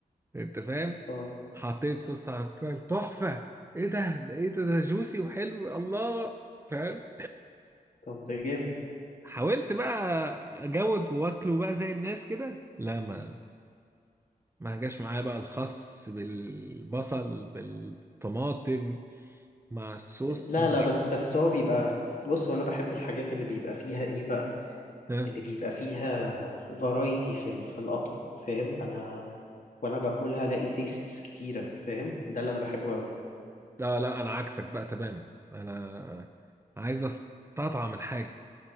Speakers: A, on the right; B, on the left.
A: انت فاهم
B: اه
A: حطيت صوص بتاع الماكرويل تحفه ايه ده ده ايه ده ده جوسي وحلو الله فاهم
B: طب ده جامد ده
A: حاولت بقى اجود واكله بقى زي الناس كده لا ما ما جاش معايا بقى الخس بالبصل بالطماطم مع الصوص
B: لا
A: مع
B: لا بس بس هو بيبقى بص هو انا بحب الحاجات اللي بيبقى فيها ايه بقى
A: ها
B: اللي بيبقى فيها فرايتي في ال... في الاطعم فاهم انا وانا باكلها الاقي تيستس كتيره فاهم ده اللي انا بحبه قوي
A: لا لا انا عكسك بقى تماما انا عايز استطعم الحاجه